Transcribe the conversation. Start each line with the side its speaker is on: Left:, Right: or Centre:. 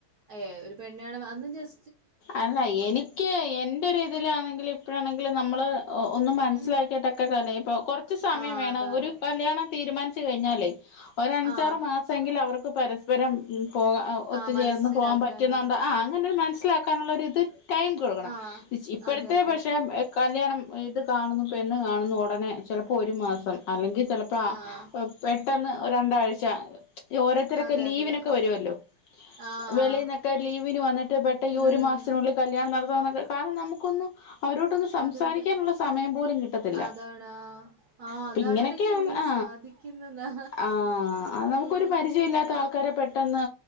Right: ഏ ഒരു പെണ്ണുകാണമ അന്ന് ജസ്
Left: അല്ല എനിക്ക് എന്റെ ഇതിലാണെങ്കിലും ഇപ്പഴാണെങ്കിലും നമ്മള് ഒന്ന് മനസിലാക്കിയിട്ടൊക്കെ
Right: ഉം
Left: കലയ് ഇപ്പൊ ച്ച് സമയം
Right: ആഹ്
Left: വേണം
Right: അതാണ്
Left: ഒരു കല്യാണ തീ തീരുമാനിച്ചു കഴിഞ്ഞാലേ ഒരു അഞ്ചാറ്
Right: ആഹ്
Left: മാസമെങ്കിൽ അവർ ക്ക് പരസ്പരം ഉം പോക ഒത്തുചേർന്ന്
Right: ആഹ് മനസ്സിലാക്കാനാ
Left: പോകാൻ പറ്റുന്നുണ്ടോ ആ അങ്ങനെ ഒരു മന മനസ്സിലാക്കാനുള്ളരിത് ടൈം കൊടുക്കണം
Right: ആഹ്
Left: ഇപ്പോഴത്തെ
Right: അതെ അതെ
Left: പക്ഷേ
Right: അതെ
Left: കല്ല്യാണം ഇത് കാണുന്നു പെണ്ണ് കാണുന്നു ഉടനെ ചിലപ്പോൾ ഒരു മാസം അല്ലെങ്കിൽ ചിലപ്പോ
Right: ആഹ്
Left: പെ പെട്ടെന്ന് രണ്ടാഴ്ച ഓരോരുത്തരൊക്കെ
Right: അതെ
Left: ലീവിനോക്കെ
Right: അതെ അതെ
Left: വരുല്ലോ
Right: ആഹ്
Left: വെളിന്നൊക്കെ ഇവർവന്നിട്ട് ഈ
Right: ഉം
Left: ഒരു മാസത്തിനുള്ളിൽ കല്യാണം നട കാരണം നമുക്കൊന്ന് അവരോട്ടൊന്ന് സംസാരിക്കാനുള്ള
Right: അതെ അതെ
Left: സമയം പോലും കിട്ടത്തില്ല
Right: അതാണ് ആഹ് ആഹ്
Left: അപ്പം
Right: അതാണ്
Left: ഇങ്ങനെയൊക്കെയ
Right: അതൊക്കെ എങ്ങനെ
Left: ആ
Right: സാധിക്കുന്നെന്നാ
Left: ആ അ നമുക്കൊരു
Right: ഉം
Left: പരിചയമല്ലാത്ത ആ ക്കരെ പെട്ടെന്ന്